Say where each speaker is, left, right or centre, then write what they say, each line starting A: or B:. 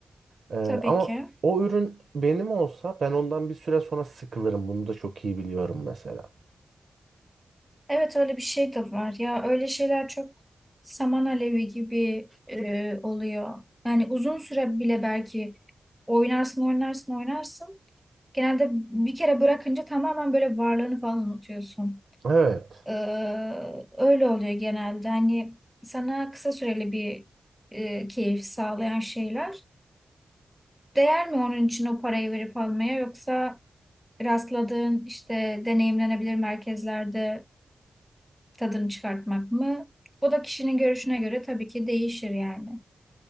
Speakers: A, on the right (about 75°); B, in the centre.
A: Ee,
B: Tabii
A: ama
B: ki.
A: o ürün benim olsa ben ondan bir süre sonra sıkılırım. Bunu da çok iyi biliyorum mesela.
B: Evet öyle bir şey de var. Ya öyle şeyler çok saman alevi gibi e, oluyor. Yani uzun süre bile belki oynarsın, oynarsın, oynarsın. Genelde bir kere bırakınca tamamen böyle varlığını falan unutuyorsun.
A: Evet.
B: Ee, öyle oluyor genelde. Hani sana kısa süreli bir e, keyif sağlayan şeyler. Değer mi onun için o parayı verip almaya yoksa rastladığın işte deneyimlenebilir merkezlerde tadını çıkartmak mı? Bu da kişinin görüşüne göre tabii ki değişir yani.